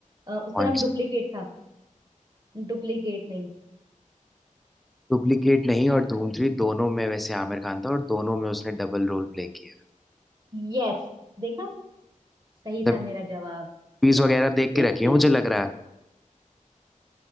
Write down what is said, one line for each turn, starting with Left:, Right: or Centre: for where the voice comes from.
Right: अ, उसका
Centre: कौन
Right: नाम डुप्लीकेट
Centre: सी
Right: था डुप्लीकेट नहीं
Centre: डुप्लीकेट नहीं और धूम थ्री दोनों में वैसे आमिर खान था और दोनों में उसने डबल रोल प्ले किया
Right: यस देखा सही
Centre: मतलब
Right: था मेरा जवाब <laughs>
Centre: पीस
Right: क्विज
Centre: वगैरह देख के रखी है मुझे लग रहा है